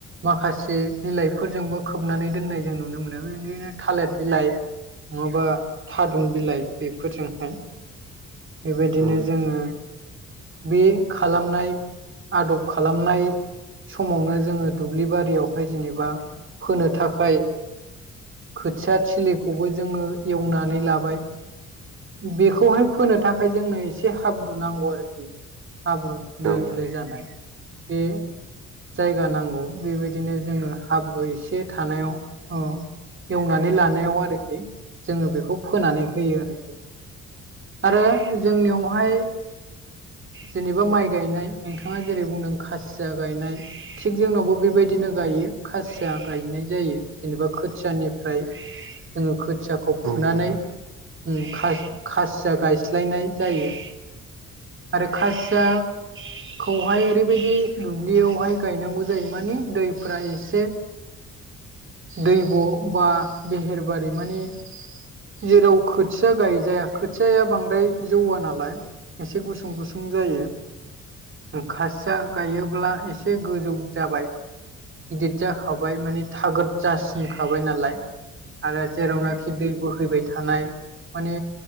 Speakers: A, on the right; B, on the right.
A: माखासे बिलाइफोरजोंबो खोबनानै दोननाय जों नुनो मोनो बिदिनो थालिर बिलाइ नङाबा थादुन बिलाइ बेफोरजोंहाय बेबायदिनो
B: नोंथां
A: जोङो बे खालामनाय आदब खालामनाय समावनो जोङो दुब्लि बारियावहाय जेनेबा फोनो थाखाय खोथिया थिलिखौबो जोङो एवनानै लाबाय बेखौहाय फोनो थाखाय जोंनो एसे हाब्रु नांगौ आरोखि। हाब्रु लोर
B: औ
A: लोर जानाय बे जायगा नांगौ बेबायदिनो जोङो हाब्रु एसे थानायाव अ एवनानै लानायाव आरोखि जोङो बेखौ फोनानै होयो आरोखि। आरो जोंनियावहाय जेनेबा माइ गायनाय नोंथाङा जेरै बुंदों खासिया गायनाय थिग जोंनावबो बेबायदिनो गायो खासिया गायनाय जायो। जेनेबा खोथियानिफ्राय जोंङो खोथिया खौ
B: नोंथां औ नोंथां
A: फुनानै उम खासि-खासिया गायस्लायनाय जायो। आरो खासिया खौहाय ओरैबायदि दुब्लियावहाय गायनांगौ जायो माने दैफ्रा एसे दैब' बा बेहेरबारि मानि जेराव खोथिया गायजाया खोथियाया बांद्राय जौवा नालाय एसे गुसुं सुं गुसुं जायो। खासिया गायोब्ला एसे गोजौ जाबाय। गिदिट जाखाबाय माने थागद जासिनखाबाय नालाय आरो जेरावनाखि दै बोहैबाय थानाय‌ माने